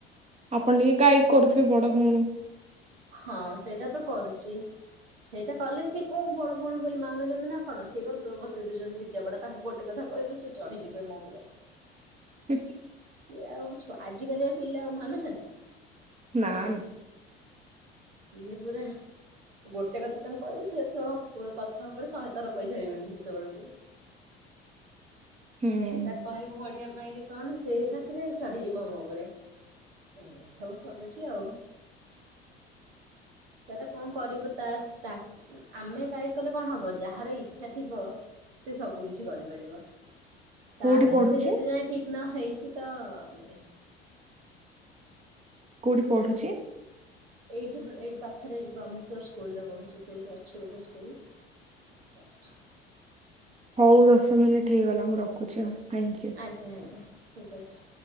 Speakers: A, on the right; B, on the right.
A: ଆପଣ ଟିକେ ଗାଇଡ୍ କରୁଥିବେ ବଡ଼ ଭଉଣୀ।
B: ହଁ ସେଇଟା ତ କରୁଛି। ସେଇଟା କଲେ ସିଏ କୋଉ ବଡ଼ ଭଉଣୀ ବୋଲି ମାନୁଛନ୍ତି ନା କଣ ସିଏ ବା ବସେଇ ଦଉଛନ୍ତି ଦି ଚାପୁଡ଼ା ତାଙ୍କୁ ଗୋ ଏ କଥା କହିବୁ ସେ ଚଢିଯିବେ ମୋ ଉପରେ।
A: ହୁଁ କି।
B: ସିଏ ଆଉ ଛୁଆ ଆଜିକାଲିଆ ପିଲା ଆଉ ମାନୁଛନ୍ତି।
A: ନାନ୍।
B: ସିଏ ପୁରା ଗୋଟେ କଥା ତାଙ୍କୁ କହିବୁ ସିଏ ତୋ କଥା ଉପରେ ଶହେ ଥର କହିସାରିବେଣି ସେତେବେଳକୁ।
A: ହୁଁ।
B: ତାକୁ କହିବୁ ପଢିବା ପାଇଁ କି କଣ ସେ ଏକାଥରେ ଚଢିଯିବ ମୋ ଉପରେ। ଏ ସବୁ କରୁଛି ଆଉ। ତାର କଣ କରିବ ତାସ ତାକୁ ଆମେ ଗାଇଡ କଲେ କଣ ହବ ଯାହାର ଇଚ୍ଛା ଥିବ ସିଏ ସବୁ କିଛି କରିପାରିବ। ତାର
A: କୋଉଠି ପଢୁଛି
B: ସେ ଯେତେ ଯାଏଁ ଠିକ୍ ନ ହେଇଛି ତ ଏ
A: କୋଉଠି ପଢୁଛି?
B: ଏଇଠି ଏଇଠି ପାଖରେ ବ୍ରହ୍ମେଶ୍ୱର ସ୍କୁଲରେ ପଢ଼ୁଛି ସେଇଠି ଅଛି ଗୋଟେ ସ୍କୁଲ୍। ପାଠ।
A: ହଉ ଦଶ ମିନିଟ୍ ହେଇଗଲା ମୁଁ ରଖୁଛି ଆଉ ଥାଇଙ୍କୁୟୁ।
B: ଆଜ୍ଞା ଆଜ୍ଞା ଠିକ୍ ଅଛି।